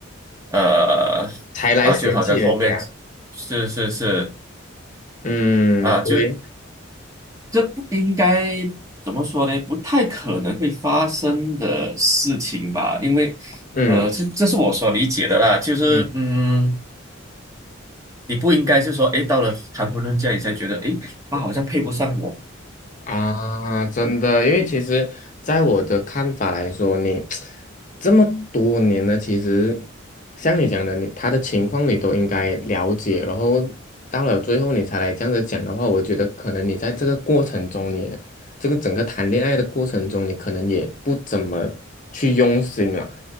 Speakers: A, on the right; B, on the left.
A: 呃，
B: 才来嫌弃人家。
A: 啊，就好像后面是是是
B: 嗯，
A: 啊，就
B: 对，
A: 这不应该怎么说呢？不太可能会发生的事情吧？因为，
B: 嗯
A: 呃，这这是我所理解的啦。就是，
B: 嗯
A: 嗯，你不应该是说，诶，到了谈婚论嫁，你才觉得，诶，他好像配不上我，
B: 啊，真的，因为其实在我的看法来说，你 <tsk> 这么多年了，其实像你讲的，你他的情况你都应该了解，然后到了最后你才来这样子讲的话，我觉得可能你在这个过程中你，这个整个谈恋爱的过程中，你可能也不怎么去用心了。